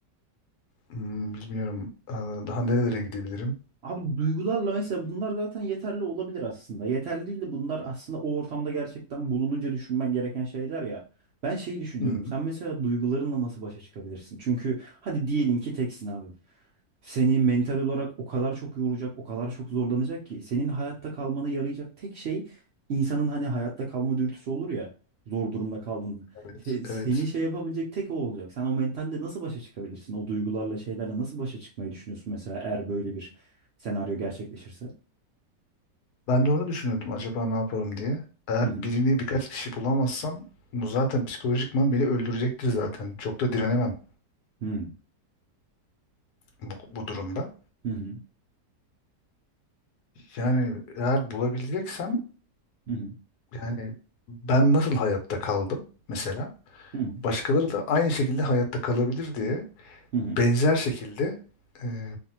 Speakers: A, on the left; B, on the right.
A: Hmm, bilmiyorum e, daha nerelere gidebilirim.
B: Abi duygularla mesela bunlar zaten yeterli olabilir aslında. Yeterli değil de bunlar aslında o ortamda gerçekten bulununca düşünmen gereken şeyler ya. Ben şeyi düşünüyorum.
A: Hı, hı,
B: Sen mesela duygularınla nasıl başa çıkabilirsin? Çünkü hadi diyelim ki teksin abi. Seni mental olarak o kadar çok yoracak, o kadar çok zorlanacak ki senin hayatta kalmana yarayacak tek şey insanın hani hayatta kalma dürtüsü olur ya zor durumda kaldığında.
A: evet,
B: Se- Seni
A: evet.
B: şey yapabilecek tek o olacak. Sen o mentalle nasıl başa çıkabilirsin? O duygularla şeylerle nasıl başa çıkmayı düşünüyorsun mesela eğer böyle bir senaryo gerçekleşirse.
A: Ben de onu düşünüyordum acaba ne yaparım diye. Eğer
B: Hı hı.
A: birini birkaç kişi bulamazsam bu zaten psikolojikman beni öldürecektir zaten. Çok da direnemem
B: Hı hı.
A: bu, bu durumda.
B: Hı hı.
A: Yani eğer bulabileceksem
B: Hı
A: yani ben nasıl hayatta kaldım mesela
B: hı.
A: başkaları da aynı şekilde hayatta kalabilir diye
B: Hı hı.
A: benzer şekilde e,